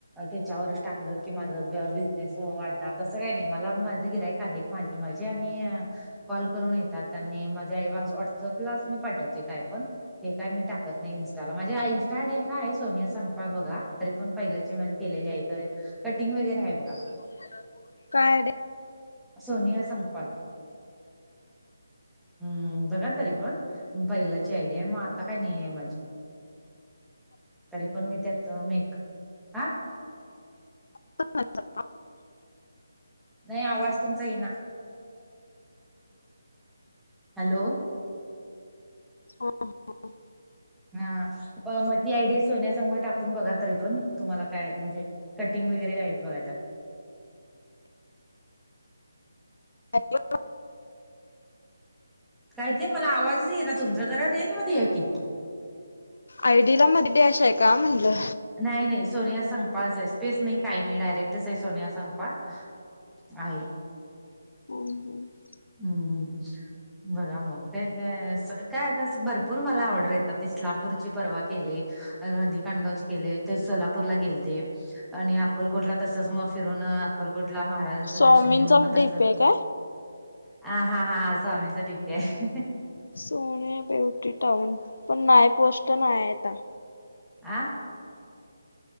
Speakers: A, in the centre; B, on the left.
A: त्याच्यावरच टाकलं की माझं बिझनेस वाढणार तसं काय नाही मला माझं गिरायक आहेत. माझी माझी आणि कॉल करून येत त्यात आणि माझ्या व्हॉट्सअपलाच मी पाठवते काय पण. हे काय मी टाकत नाही इनस्टाला माझी आय हाय सोनिया संगपाळ बघा तरी पण पहिल्याचे माझे केलेली आहे. कटिंग वगैरे आहे बघा.
B: काय हाय आय डी हाय?
A: सोनिया संगपाळ हम्म बघा तरी पण. पहिल्याची आयडि हाय मग आता काही नाहीय माझी, तरी पण मी त्यात मेक, आ.
B: <unintelligible>
A: नाही आवाज तुमचा इना. हॅलो.
B: हा हा. <inaudible>
A: हा प म ती आयडी सोनिया संपाळ टाकून बघा तरी, पण तुम्हाला काय म्हणजे कटिंग वगैरे आहेत बघा त्यात
B: <unintelligible>
A: काय ते? मला आवाजच येईना तुमचा. जरा रेंज मध्ये या की.
B: आयडी ला मध्ये डॅश आहे का म्हणलं?
A: नाही नाही, सोनिया संकपाळच हाय. स्पेस नाही काही नाही, डायरेक्टच आहे सोनिया संकपाळ आहे.
B: <unintelligible>
A: हू हू. बघा मग, काय आता काय आता भरपूर मला आर्डर येतात. इस्लामपूरची परवा केली. हळदी कांडगावची केलते, ते सोलापूरला गेलते. आणि अक्कलकोटला तसच मग फिरून अकलकोटला महाराजांचं
B: स्वामींचा
A: दर्शन घेऊन मग
B: डीपी
A: तस
B: आहे काय
A: हा हा हा. स्वामींचा डीपी हाय.
B: सोने ब्युटी टाऊन, पण नाही पोस्ट, नाही ये आता.
A: आं